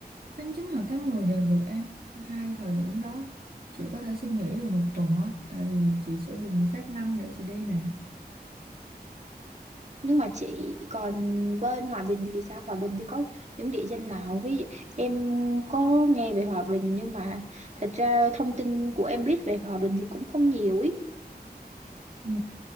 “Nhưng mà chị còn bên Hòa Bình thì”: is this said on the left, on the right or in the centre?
Right